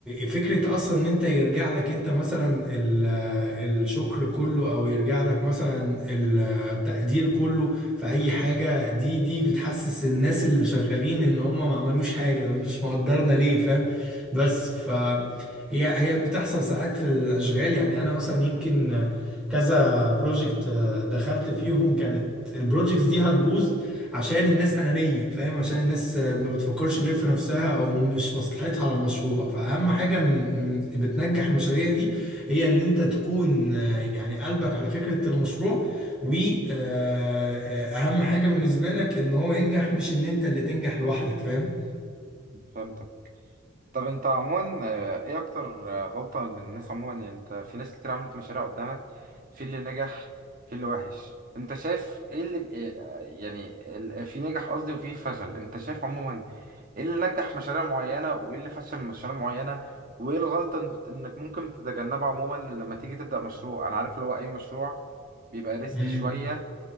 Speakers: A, in the centre; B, on the right.
A: فكرة أصلا إن أنت يرجع لك أنت مثلا ال- آه، الشكر كله أو يرجع لك مثلا التقدير كله فأي حاجة دي دي بتحسس الناس اللي شغالين إن هم ما عملوش حاجة طب انتوا مش مقدرنا ليه فاهم بس ف هي هي بتحصل ساعات في الأشغال يعني أنا مثلا يمكن كذا بروجكت دخلت فيهم كانت البروجكتس دي هتبوظ عشان الناس أنانية فاهم عشان الناس آه، ما بتفكرش غير في نفسها أو مش مصلحتها على المشروع فأهم حاجة من من- بتنجح المشاريع دي هي إن أنت تكون آه، يعني قلبك على فكرة المشروع واهم حاجه بالنسبه لك ان هو ينجح مش ان انت اللي تنجح لوحدك فاهم
B: فهمتك طب انت عموما آه، ايه اكتر آه، غلطة من الناس عموما يعني انت في ناس كتير عملت مشاريع قدامك في اللي نجح في اللي وحش انت شايف ايه اللي ب- ايه، آه، يعني ال- آه، في نجح قصدي وفي فشل انت شايف عموما ايه اللي نجح مشاريع معينة وايه اللي فشل مشاريع معينة وايه الغلطة انت- انك ممكن تتجنبها عموما لما تيجي تبدأ مشروع انا عارف اللي هو اي مشروع بيبقى ريسكي
A: امم
B: شوية